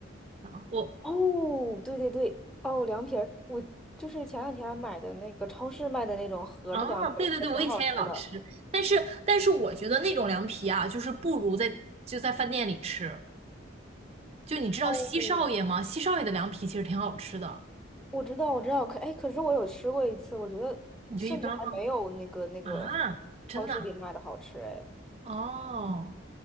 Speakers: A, on the right (about 30°); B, in the centre.
A: 然后我
B: 哦，对对对，哦，凉皮儿，我就是前两天买的那个超市卖的那种盒儿的凉皮儿，
A: 啊，对对对，
B: 还挺好吃的。
A: 我以前也老吃，但是但是我觉得那种凉皮啊，就是不如在就在饭店里吃。就你知道西少爷吗？
B: 哦，
A: 西少爷的凉皮其实挺好吃的，
B: 我知道，我知道，可哎，可是我有吃过一次，我觉得甚至还没有那个那个
A: 你觉得一般吗？啊，真的啊
B: 超市里卖的好吃哎。
A: 哦，